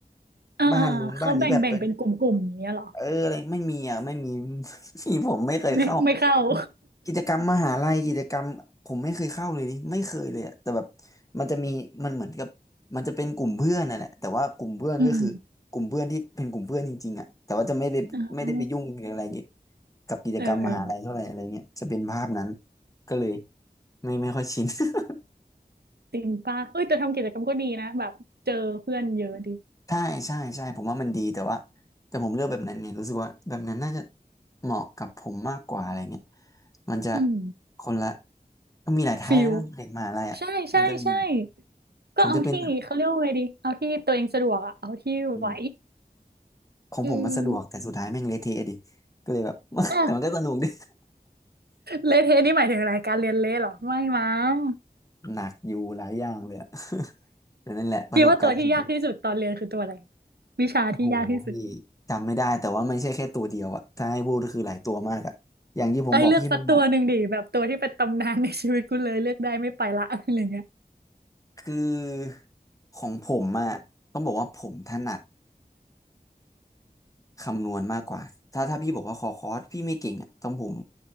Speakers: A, on the right; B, on the left.
A: เออเออเออเขาแบ่งแบ่งเป็นกลุ่มๆอย่างเงี้ยเหรอ
B: บ้านนู้นบ้านนี้แบบเป็น เอออะไรไม่มีอ่ะไม่มี <laughs> ที่ผมไม่เคยเข้า
A: ไม่ไม่เข้า <laughs>
B: กิจกรรมมหาลัยกิจกรรมผมไม่เคยเข้าเลยดิไม่เคยเลยอ่ะแต่แบบมันจะมีมันเหมือนกับมันจะเป็นกลุ่มเพื่อนน่ะแหละแต่ว่ากลุ่มเพื่อนก็คือกลุ่มเพื่อนที่เป็นกลุ่มเพื่อนจริงๆอ่ะแต่ว่าจะไม่ไปไม่ได้ไปยุ่งหรืออะไรเกี่ยว
A: อืมอ่
B: กับกิจกรรมมหาลัยเท่าไหร่อะไรเงี้ยจะเป็นภาพนั้น
A: เออเออ
B: ก็เลยไม่ไม่ค่อยชิน <laughs>
A: จริงป่ะเอ้ยแต่ทำกิจกรรมก็ดีนะแบบเจอเพื่อนเยอะดี
B: ใช่ใช่ใช่ผมว่ามันดีแต่ว่าแต่ผมเลือกแบบนั้นไงรู้สึกว่าแบบนั้นน่าจะเหมาะกับผมมากกว่าอะไรเงี้ยมันจะ
A: อืม
B: คนละมันมีหลายไทป์แล้วนะเด็กมหาลัยอ่ะมันจะมี
A: ฟิลใช่ใช่ใช่ก็เอาที่เขาเรียกว่าไงดีเอาที่ตัวเองสะดวกอะเอาที่ไหว
B: ผมจะเป็นแบบอืมของผมมันสะดวกแต่สุดท้ายแม่งเละเทะดิ
A: อืม
B: ก็เลยแบบ <laughs>
A: อ่ะ
B: แต่มันก็สนุกดิ
A: เละเทะนี่หมายถึงอะไรการเรียนเละเหรอไม่มั้ง
B: หนักอยู่หลายอย่างเลยอะ <laughs> แต่นั่นแหละประสบการณ์ชีวิต
A: คิดว่าตัวที่ยากที่สุดตอนเรียนคือตัวอะไรวิชาที่ยากที่สุด
B: โอ้โหพี่จำไม่ได้แต่ว่ามันไม่ใช่แค่ตัวเดียวอ่ะถ้าให้พูดก็คือหลายตัวมากอ่ะอย่างที่ผมบอกพี่มันหมด
A: ไอ้ยเลือกสักตัวหนึ่งดิแบบตัวที่เป็นตำนานในชีวิตกูเลยเลือกได้ไม่ไปละอะไรเงี้ย
B: คือของผมอะต้องบอกว่าผมถนัดคำนวณมากกว่าถ้าถ้าพี่บอกว่าขอคอร์สพี่ไม่เก่งอะต้องผม